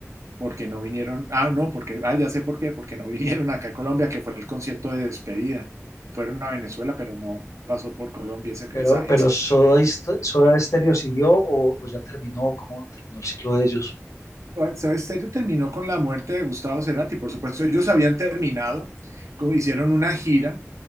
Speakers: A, on the right (about 75°); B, on the left (about 85°).
A: porque no vinieron. Ah, no, porque ah, ya sé por qué, porque no <laughs> vinieron acá a Colombia, que fue el concierto de despedida. Fueron a Venezuela, pero no pasó por Colombia esa,
B: Pero,
A: esa, esa
B: pero Soda, Hist- Soda Stereo siguió o, o ya terminó, ¿cómo terminó el ciclo de ellos?
A: Soda Stereo terminó con la muerte de Gustavo Cerati, por supuesto. Ellos habían terminado, co- hicieron una gira.